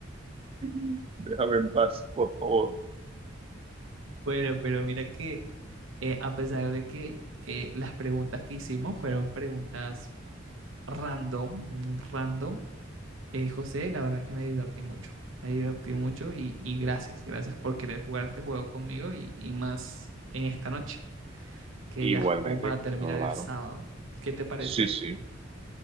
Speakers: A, on the right; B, on the right.
A: <laughs> Déjame en paz, por favor.
B: Bueno, pero mira que eh, a pesar de que eh, las preguntas que hicimos fueron preguntas random, muy random, eh, José, la verdad que me divertí mucho. Me divertí mucho y, y gracias, gracias por querer jugar este juego conmigo y, y más en esta noche, que
A: Igualmente,
B: ya es como para terminar
A: claro.
B: el sábado. ¿Qué te pareció
A: Sí,
B: a ti?
A: sí.